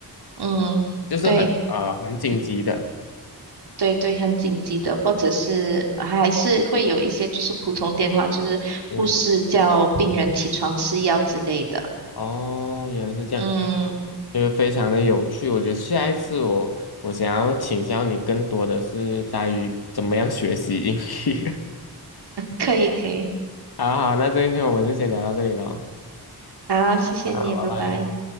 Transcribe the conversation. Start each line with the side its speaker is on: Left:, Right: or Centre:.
Right: 嗯，
Left: 就是很呃很紧急的。
Right: 对。对对，很紧急的，或者是呃还是会有一些就是普通电话，就是护士叫病人起床吃药之类的。
Left: 嗯，哦，原来是这样，
Right: 嗯，
Left: 就是非常的有趣。我觉得下一次我我想要请教你更多的是在于怎么样学习英语。
Right: 可以可以，
Left: <laughs> 好好，那这一篇我们就先聊到这里喽。
Right: 好，谢谢你，
Left: 啊，拜拜。
Right: 拜拜。